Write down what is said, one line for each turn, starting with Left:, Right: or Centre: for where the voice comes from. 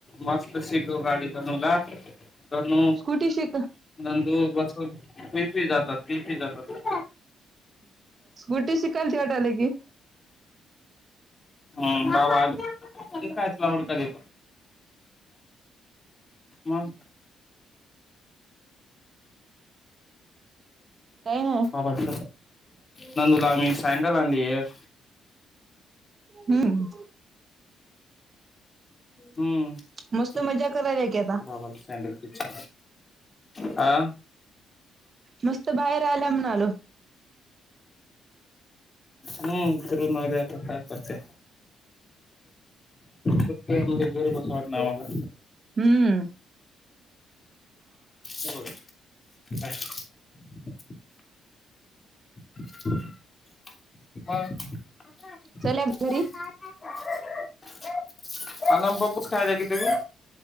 Left: मस्त शिको गाडी जाणूला ननू
Right: स्कूटी शिक
Left: नंदू बस पि पी जातात पिफी जातात
Right: स्कुटी शिकाल त वाट आलं की
Left: हम् बाबा आयऐला होडथ मग
Right: काही नाही
Left: बाट नंदूला आम्ही सँडल आणली एक
Right: हम्म
Left: हम्म
Right: मस्त मजा करायला की आता
Left: बाबाला सॅडल आा
Right: मस्तबाहेर आल्या म्हणालो
Left: हम् फिरनु आल्या आता काय करते कुठ्या घैर बस वाट आम्हाला
Right: हम्म
Left: <inaudible> <inaudible> <inaudible> आनम
Right: चल्या घरी
Left: बापूत खायला कती वेळ.